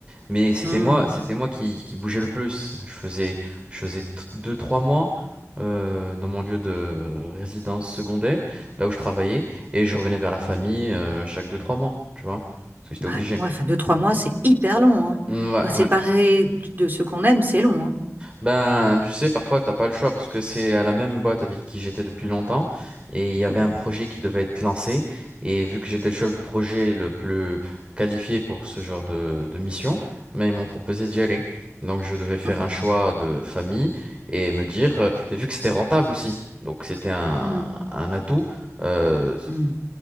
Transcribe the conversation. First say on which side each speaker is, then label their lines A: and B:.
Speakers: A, on the right (about 20°); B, on the right (about 35°).
A: Mais c'était
B: Mmh.
A: moi, c'était moi qui, qui bougeais le plus. Je faisais je faisais t- deux trois mois euh, dans mon lieu de résidence secondaire, là où je travaillais, et je revenais vers la famille euh, chaque deux trois mois, tu vois, parce que j'étais
B: Ouais,
A: obligé.
B: ouais, enfin, deux, trois mois, c'est hyper long, hein.
A: Ouais,
B: Ouais, séparer
A: ouais.
B: de ce qu'on aime, c'est long, hein.
A: Ben, tu sais, parfois, t'as pas le choix parce que c'est à la même boîte avec qui j'étais depuis longtemps et il y avait
B: Mmh,
A: un projet qui devait être lancé et vu que j'étais le chef de projet le plus qualifié pour ce genre de, de mission, mais ils m'ont proposé d'y aller. Donc, je devais faire
B: mmh,
A: un choix de famille et me dire, euh, et vu que c'était rentable aussi, donc c'était un,
B: mmh,
A: un atout, euh,
B: mmh.